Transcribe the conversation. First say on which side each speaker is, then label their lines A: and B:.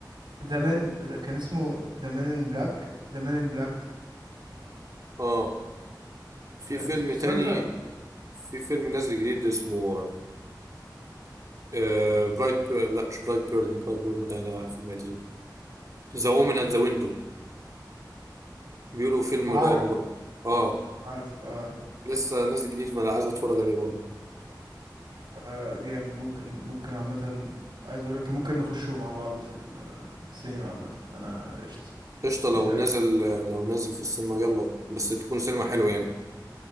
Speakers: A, on the right; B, on the right.
A: ذا مان ذا- كان اسمه ذا مان ان بلاك ذا مان ان بلاك
B: اه في
A: اتفرجت
B: فيلم تاني
A: على-
B: في فيلم نازل جديد اسمه آه برايت بير... لا مش برايت بيرن برايت بيرن ده ده فيلم قديم ذا وومن ات ذا ويندو بيقولوا فيلم
A: عارفه
B: رعب برضه اه
A: عارف اه
B: لسه نازل جديد وانا عايز اتفرج عليه برضه
A: آه، جامد ممكن ممكن عامة عايز اقولك ممكن نخشوا مع بعض في ال- في السينما عامة انا قشطة
B: قشطة لو
A: انت
B: نازل لو نازل في السينما يلا بس تكون سينما حلوة
A: انا
B: يعني